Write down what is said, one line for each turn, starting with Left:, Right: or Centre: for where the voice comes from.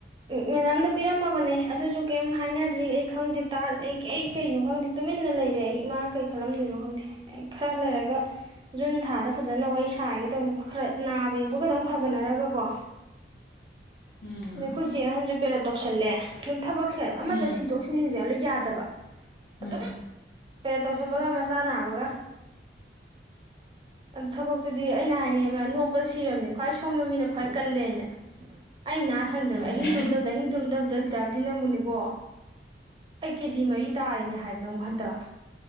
Right: ꯑꯦ ꯑꯦꯗꯥꯝꯗ ꯄꯤꯔꯝ ꯃꯥꯕꯅꯦ ꯑꯗꯨꯁꯨ ꯀꯔꯤꯝ ꯍꯥꯏꯅꯗ꯭ꯔꯤ ꯑꯩ ꯈꯪꯗꯦ ꯇꯥꯔꯗꯤ ꯑꯩ ꯑꯩ ꯀꯩꯅꯣ ꯈꯪꯗꯦ ꯇꯨꯃꯤꯟꯅ ꯂꯩꯔꯦ ꯑꯩ ꯃꯥ ꯀꯩꯈꯜꯂꯝꯗꯣꯏꯅꯣ ꯈꯪꯗꯦ ꯈꯔ ꯂꯩꯔꯒ ꯖꯨꯟ ꯊꯥꯗ ꯐꯥꯖꯟꯅ ꯋꯥꯔꯤ ꯁꯥꯔꯒꯦ ꯇꯧꯅꯦ ꯈꯔ ꯅꯥꯕ ꯌꯦꯛꯄ ꯈꯔ ꯐꯒꯠꯅꯔꯒ ꯀꯣ
Left: ꯎꯝ
Right: ꯑꯩꯈꯣꯏ ꯆꯦ ꯑꯍꯟꯁꯨ ꯄꯦꯔꯠ ꯇꯧꯁꯟꯂꯦ ꯊꯕꯛꯁꯦ ꯑꯃꯗ
Left: ꯎꯝ
Right: ꯁꯤꯟꯗꯣꯛ ꯁꯣꯟꯖꯤꯟꯁꯦ ꯌꯥꯗꯕ
Left: ꯎꯝ
Right: ꯑꯗꯨꯝ ꯄꯦꯔꯠ ꯇꯧꯁꯤꯟꯕꯒ ꯃꯆꯥ ꯅꯥꯕꯒ ꯊꯕꯛꯇꯨꯗꯤ ꯑꯩꯅ ꯍꯥꯏꯅꯤ ꯃꯥ ꯅꯣꯛꯄꯗ ꯁꯤꯔꯕꯅꯤ ꯈ꯭ꯋꯥꯏ ꯁꯣꯟꯕ ꯃꯤꯅ ꯈꯋꯥꯏ ꯀꯟꯂꯦꯅ ꯑꯩ ꯅ ꯁꯪꯗꯔꯕꯅꯦ
Left: ꯃꯥꯅꯦ
Right: ꯑꯍꯤꯡ ꯇꯨꯝꯗꯕꯗ ꯑꯍꯤꯡ ꯇꯨꯝꯗꯕꯗ ꯕꯤꯗ꯭ꯌꯥꯄꯥꯇꯤ ꯅꯪꯕꯨꯅꯦꯀꯣ ꯑꯩ ꯀꯦꯖꯤ ꯃꯔꯤ ꯇꯥꯏꯅꯦ ꯍꯥꯏꯕ ꯅꯪꯕꯣ ꯍꯟꯗꯛ